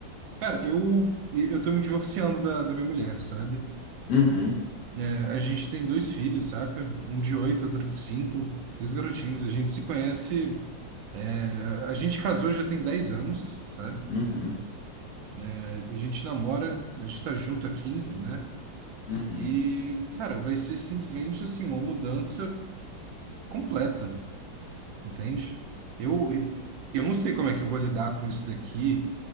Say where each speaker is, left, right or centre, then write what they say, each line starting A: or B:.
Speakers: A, on the right (about 75°); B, on the left (about 65°).
A: Cara, eu, eu tô me divorciando da, da minha mulher, sabe?
B: Uhum,
A: É, a gente tem dois filhos, saca? Um de oito, outro de cinco, dois garotinhos. A gente se conhece... é, a gente casou já tem 10 anos, sabe?
B: uhum,
A: É, A gente namora, a gente tá junto há quinze né?
B: uhum.
A: E, cara, vai ser simplesmente assim, uma mudança completa, entende? Eu, eu não sei como é que eu vou lidar com isso daqui,